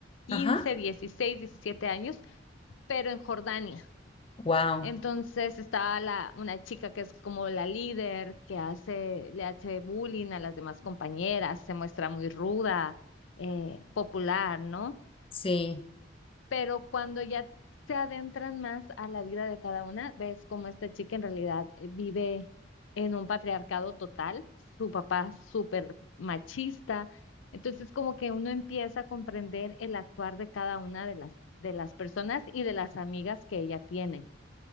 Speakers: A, on the left; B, on the left.
A: 15,
B: Ajá,
A: 16, 17 años, pero en Jordania.
B: wow,
A: Entonces estaba la, una chica que es como la líder, que hace, le hace bullying a las demás compañeras, se muestra muy ruda, eh, popular, ¿no?
B: sí.
A: Pero cuando ya se adentran más a la vida de cada una, ves cómo esta chica en realidad eh, vive en un patriarcado total, su papá súper machista. Entonces como que uno empieza a comprender el actuar de cada una de las, de las personas y de las amigas que ella tiene.